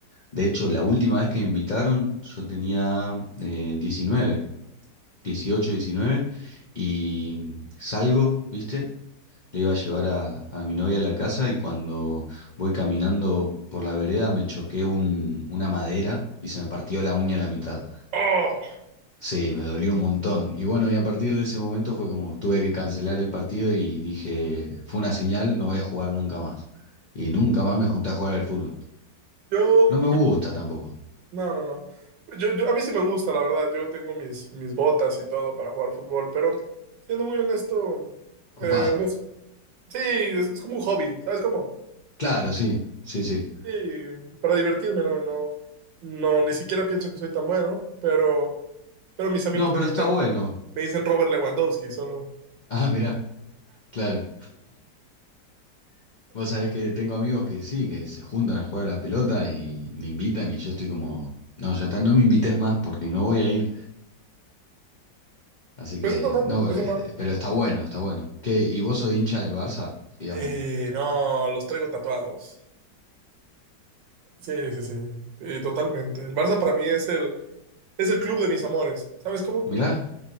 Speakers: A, on the left (about 80°); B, on the right (about 85°).
A: De hecho, la última vez que me invitaron, yo tenía eh, 19, 18, 19, y salgo, ¿viste? Le iba a llevar a, a mi novia a la casa y cuando voy caminando por la vereda me choqué un, una madera y se me partió la uña a la mitad.
B: Oh,
A: Sí, me dolió un montón. Y bueno, y a partir de ese momento fue como tuve que cancelar el partido y dije, fue una señal, no voy a jugar nunca más. Y nunca más me junté a jugar al fútbol.
B: yo,
A: No me gusta tampoco.
B: no, no, no. Yo, yo, a mí sí me gusta, la verdad. Yo tengo mis, mis botas y todo para jugar fútbol, pero siendo muy honesto, eh,
A: Copado.
B: no, es- sí, es, es como un hobby, ¿sabes cómo?
A: Claro, sí, sí, sí.
B: Sí, para divertirme, no, no, no, ni siquiera pienso que soy tan bueno, pero, pero mis amigos
A: No,
B: me
A: pero
B: dicen,
A: está bueno.
B: me dicen Robert Lewandowski, solo.
A: <laughs> Ah, mirá, claro. <laughs> Vos sabés que tengo amigos que sí, que se juntan a jugar a la pelota y me invitan y yo estoy como, no, ya está, no me invites más porque no voy a ir. Así
B: Pues
A: que,
B: es normal,
A: no,
B: es
A: eh,
B: normal.
A: pero está bueno, está bueno. ¿Qué? ¿Y vos sos hincha del Barça, digamos?
B: Eh, no, los traigo tatuados. Sí, sí, sí, sí, totalmente. El Barça para mí es el, es el club de mis amores, ¿sabes cómo?
A: Mirá,